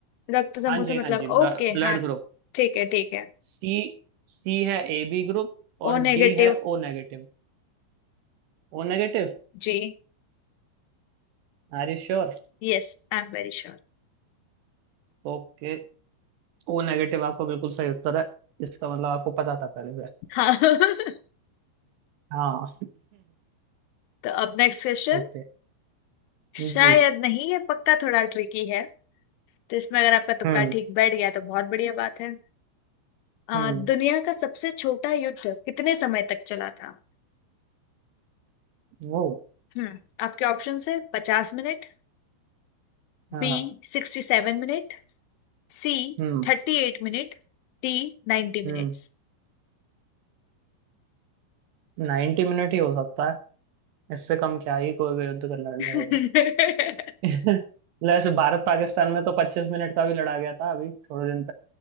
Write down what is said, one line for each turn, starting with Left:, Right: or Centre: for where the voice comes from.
Left: रक्त समूह
Right: हाँ
Left: से
Right: जी
Left: मतलब
Right: हाँ जी
Left: ओके
Right: ब्लड
Left: हाँ
Right: ग्रुप
Left: ठीक है ठीक है
Right: सी सी है ए बी ग्रुप और
Left: O negative
Right: डी है O negative O negative
Left: जी
Right: Are you sure
Left: Yes I am very sure
Right: Okay O negative आपका बिल्कुल सही उत्तर है इसका मतलब आपको पता था पहले से
Left: हाँ <laughs>
Right: हाँ
Left: तो अब नेक्स्ट क्वेश्चन
Right: <laughs> ओके
Left: शायद
Right: जी
Left: नहीं ये पक्का थोड़ा ट्रिकी है तो इसमें अगर आपका तुक्का
Right: हम्म
Left: ठीक बैठ गया तो बहुत बढ़िया बात है अ,
Right: हम्म
Left: दुनिया का सबसे छोटा युद्ध कितने समय तक चला था
Right: वो
Left: हम्म आपके ऑप्शन है पचास मिनट
Right: हाँ
Left: B सिक्सटी सेवन minute सी
Right: हम्म
Left: थर्टी एट मिनट D नाइन्टी
Right: हम्म
Left: minutes
Right: 90 मिनट ही हो सकता है इससे कम क्या ही कोई भी युद्ध कर लड़-
Left: <laughs>
Right: लड़ेगा <laughs> वैसे भारत पाकिस्तान में तो पच्चीस मिनट का भी लड़ा गया था अभी थोड़े दिन